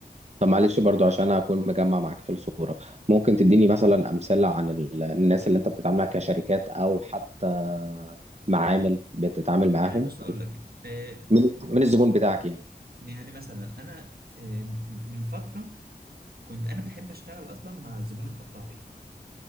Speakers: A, on the right; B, on the right.
A: طب معلش برضه عشان اكون مجمع معاك في الصورة ممكن تديني مثلا امثلة عن ال- الناس اللي انت بتتعامل معاها كشركات او حتى معامل بتتعامل معاهم
B: يعني بص اقول لك آه،
A: من من الزبون بتاعك يعني
B: يعني مثلا انا آه، من فتره كنت انا بحب اشتغل اصلا مع الزبون القطاعي